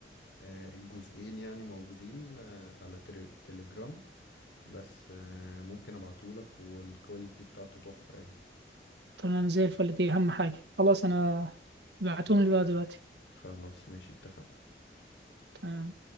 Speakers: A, on the left; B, on the right.
A: آه، الجزئين يعني موجودين آه، على تري- تليجرام بس آه، ممكن ابعتهولك والكواليتي بتاعته تحفة يعني
B: تمام زي الفل دي أهم حاجة خلاص أنا بعتهم لي بقى دلوقتي
A: خلاص ماشي اتفقنا
B: تمام